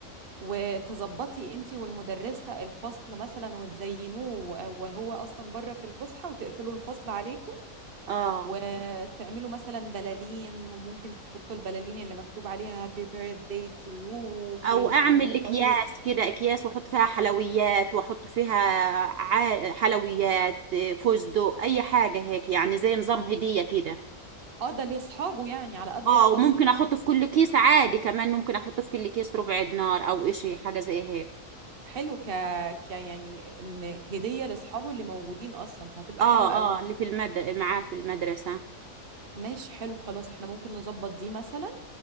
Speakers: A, on the right (about 45°); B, on the right (about 70°).
A: وتظبطي انت والمدرسه الفصل مثلا وتزينوه وهو اصلا بره في الفسحه وتقفلوا الفصل عليكم
B: اه
A: وتعملوا مثلا بلالين وممكن تحطوا البلالين اللي مكتوب عليها happy birthday to you وكل
B: او اعمل
A: سنة وانت طيب
B: اكياس كده اكياس واحط فيها حلويات واحط فيها عا- حلويات إيه، فستق اي حاجه هيك يعني زي نظام هديه كده
A: اه ده لاصحابه يعني على قد
B: اه
A: الفصل
B: وممكن احط في كل كيس عادي كمان ممكن احط في كل كيس ربع دينار او اشي حاجه زي هيك
A: حلو ك... ك يعني ان هدية لاصحابه اللي موجودين اصلا فهتبقى
B: اه
A: حلوة
B: اه
A: قوي
B: اللي في المد معاه في المدرسه
A: ماشي حلو خلاص احنا ممكن نظبط دي مثلا